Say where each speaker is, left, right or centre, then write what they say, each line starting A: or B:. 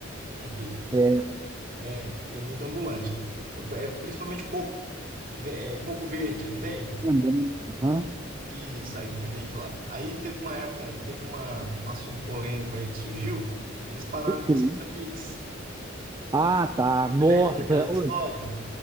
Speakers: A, on the right (about 45°); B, on the right (about 20°).
A: aqui,
B: é,
A: né? Tem muito ambulante. É, é principalmente coco, ve- é, coco verde, não tem?
B: renda, né? Aham,
A: Isso aí que vende lá. Aí teve uma época, teve uma, um assunto polêmico aí que surgiu. Eles pararam
B: do
A: de
B: que
A: aceitar
B: isso?
A: Pix.
B: Ah, tá. Nossa,
A: Você lembra daquela
B: oi,
A: história?